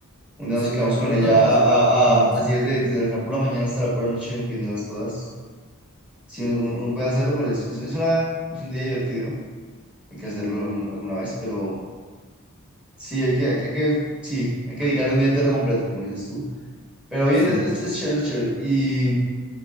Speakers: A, in the centre; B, on the left (about 50°).
A: un día
B: Sí,
A: nos quedamos
B: yo, yo
A: con ella
B: también me solía
A: a,
B: maratonear
A: a- a-
B: bastante
A: así desde,
B: de todo.
A: desde la pura mañana hasta la pura noche, viéndolas todas. Sí, uno uno puede hacerlo, pero es, es es una, es un día divertido. Hay que hacerlo algún- alguna vez, pero sí, hay que, hay, hay que, sí, hay que dedicarle un día entero completo, como dices tú. Pero bien,
B: Sí,
A: es, es, es chévere, es chévere. Y